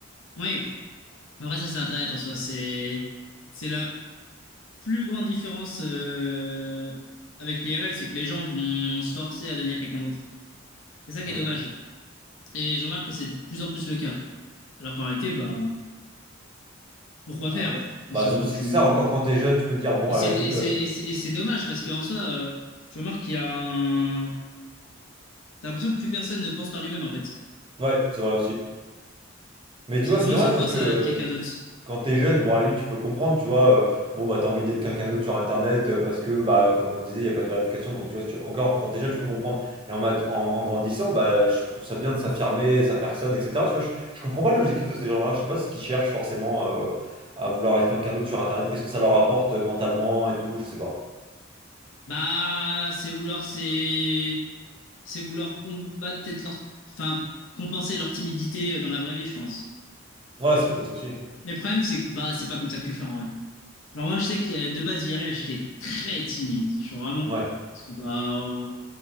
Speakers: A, on the left (about 80°); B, on the right (about 25°).
A: Oui. Après, ça, c'est Internet en soi. C'est, c'est la plus grande différence euh, avec l'IRL, c'est que les gens vont se forcer à devenir quelqu'un d'autre. C'est ça qui
B: Mm.
A: est dommage. Et je remarque que c'est de plus en plus le cas. Alors qu'en réalité, bah, pourquoi
B: Alors,
A: faire
B: pff, bah
A: en soi,
B: surtout c'est
A: tu...
B: que c'est ça. Encore quand t'es jeune, tu peux te dire bon
A: Et
B: à
A: c'est
B: la limite,
A: et
B: euh,
A: c'est- et c'est- et c'est dommage parce qu'en soi, euh, tu remarques qu'il y a un... T'as l'impression que plus personne ne pense par lui-même en fait.
B: ouais c'est vrai aussi. Mais
A: Parce
B: tu vois,
A: que tout
B: c'est
A: le
B: dommage
A: monde se force
B: parce que
A: à
B: euh,
A: être quelqu'un d'autre.
B: quand t'es jeune, bon, à la limite, tu peux comprendre, tu vois, euh, bon, bah, t'as envie d'être quelqu'un d'autre sur Internet euh, parce que, bah, comme on disait, il n'y a pas de vérification. Donc, tu vois, si tu- encore, quand t'es jeune, je peux comprendre. Mais en, mat- en, en grandissant, bah, euh, je trouve ça bien de s'affirmer, sa personne, etc. Tu vois, je, je comprends pas l'objectif de ces gens-là. Je sais pas ce qu'ils cherchent forcément euh, à vouloir être quelqu'un d'autre sur Internet. Qu'est-ce que ça leur apporte euh, mentalement et tout, je sais pas.
A: Bah, c'est vouloir, c'est c'est vouloir combattre peut-être leur, enfin, compenser leur timidité euh, dans la vraie vie, je pense.
B: Ouais, c'est peut-être ça aussi.
A: Mais le problème, c'est que bah, c'est pas comme ça que tu fais en vrai. Alors moi, je sais que euh, de base, hier j'étais très timide, je suis vraiment.
B: Ouais, ouais,
A: Parce que bah, euh,